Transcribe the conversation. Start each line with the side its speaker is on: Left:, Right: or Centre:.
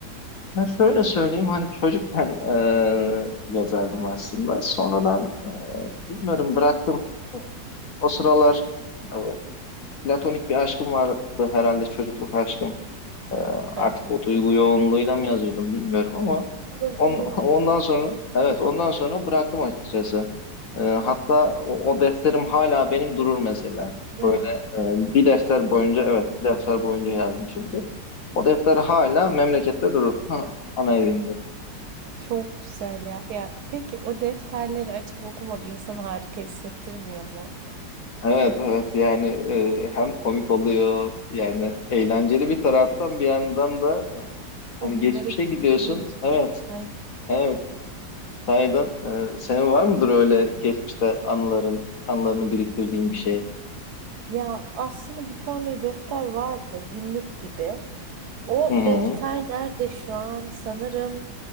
Left: Ben şöyle söyleyeyim hani çocukken e, yazardım aslında. Sonradan e, bilmiyorum bıraktım. O sıralar e, platonik bir aşkım vardı herhalde çocukluk aşkım. E, artık
Right: <laughs>
Left: o duygu yoğunluğuyla mı yazıyordum bilmiyorum ama
Right: Olabilir.
Left: On, ondan sonra evet ondan sonra bıraktım açıkçası. Ee, hatta o, o defterim hala benim durur mesela.
Right: Ya.
Left: Ee, bir defter boyunca evet bir defter boyunca yazmışımdır. O defter hala memlekette durur. <laughs> Ana evinde.
Right: Çok güzel ya. Ya peki o defterleri açıp okumak insanı harika hissettirmiyor mu?
Left: Evet evet yani e, hem komik oluyor yani eğlenceli bir taraftan bir yandan da hani
Right: O günlere
Left: geçmişe
Right: gidip
Left: gidiyorsun.
Right: geliyorsun.
Left: Evet
Right: Aynen.
Left: evet sahiden e, senin var mıdır öyle geçmişte anıların anılarını biriktirdiğin bir şey?
Right: Ya aslında bir tane defter vardı günlük gibi. O
Left: Hı hı.
Right: defter nerede şu an? Sanırım